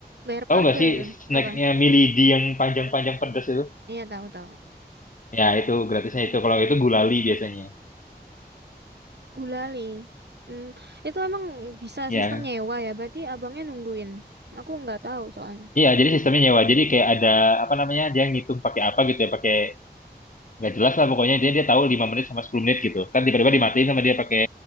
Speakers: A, on the right (about 80°); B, on the left (about 50°).
A: bayar
B: tahu
A: parkir
B: nggak sih
A: itu
B: snacknya
A: apa
B: Milady yang panjang-panjang pedas itu?
A: iya tahu tahu
B: Ya itu gratisnya itu. Kalau itu gulali biasanya.
A: gulali hmm itu emang bisa
B: Ya.
A: sistem nyewa ya berarti abangnya nungguin aku nggak tahu soalnya
B: Iya, jadi sistemnya nyewa. Jadi kayak ada apa namanya? Dia ngitung pakai apa gitu ya, pakai nggak jelas lah pokoknya dia dia tahu 5 menit sama 10 menit gitu. Kan tiba-tiba
A: hmm
B: dimatiin sama dia pakai